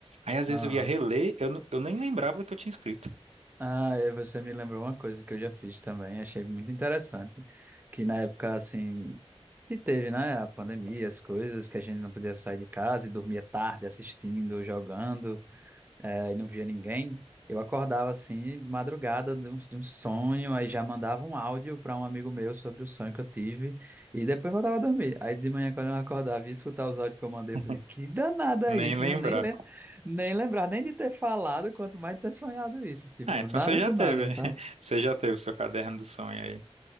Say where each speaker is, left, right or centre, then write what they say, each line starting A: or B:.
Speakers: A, on the right (about 80°); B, on the right (about 15°).
A: Aí, às vezes,
B: Aham.
A: eu ia reler, eu, não- eu nem lembrava do que eu tinha escrito.
B: Ah, e você me lembrou uma coisa que eu já fiz também, achei muito interessante, que na época, assim, que teve, né, a pandemia, as coisas, que a gente não podia sair de casa e dormia tarde assistindo, jogando, eh, e não via ninguém, eu acordava assim de madrugada de um, de um sonho, aí já mandava um áudio para um amigo meu sobre o sonho que eu tive, e depois voltava a dormir. Aí de manhã, quando eu acordava e ia escutar os áudios que eu mandei,
A: <laughs>
B: eu fazia, que danada é isso?
A: Nem lembrava.
B: Não, nem, lem nem lembrar nem de ter falado, quanto mais de ter sonhado isso. Tipo,
A: Ah, então
B: nada
A: você já
B: com
A: teve,
B: nada, sabe?
A: <laughs> você já teve o seu caderno do sonho aí.